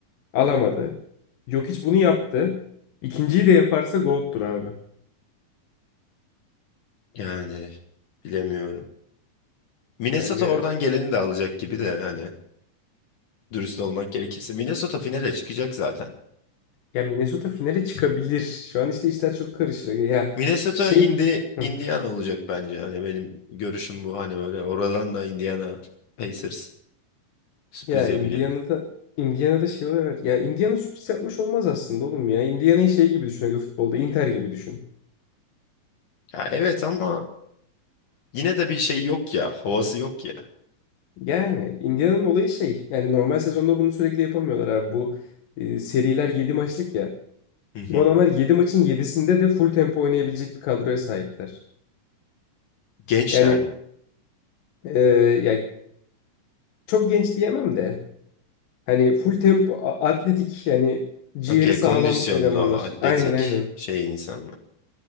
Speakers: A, on the left (about 85°); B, on the left (about 65°).
A: Alamadı. Jokic bunu yaptı. İkinciyi de yaparsa GOAT'tur abi.
B: Yani bilemiyorum. Minnesota
A: Kanka.
B: oradan geleni de alacak gibi de hani dürüst olmak gerekirse. Minnesota finale çıkacak zaten.
A: Ya Minnesota finale çıkabilir. Şu an işte işler çok karışır. Ya
B: Minnesota
A: şey
B: indi
A: hı,
B: Indiana olacak bence. Hani benim görüşüm bu. Hani böyle oradan da Indiana Pacers sürpriz
A: ya
B: yapacak.
A: Indiana'da Indiana'da şey oluyor. evet. Ya Indiana sürpriz yapmış olmaz aslında oğlum ya. Indiana'yı şey gibi düşün aga futbolda. Inter gibi düşün.
B: Ya evet ama yine de bir şey yok ya. Havası yok ya.
A: Yani Indiana'nın olayı şey. Yani normal sezonda bunu sürekli yapamıyorlar abi. Bu e, seriler 7 maçlık ya.
B: Hı hı.
A: Bu adamlar 7 maçın yedisinde de full tempo oynayabilecek bir kadroya sahipler.
B: Gençler
A: Yani
B: mi?
A: e, ya çok genç diyemem de. Hani full tempo, a- atletik yani ciğeri
B: Okey,
A: sağlam
B: kondisyonlu,
A: elemanlar.
B: atletik
A: Aynen aynen.
B: şey insanlar.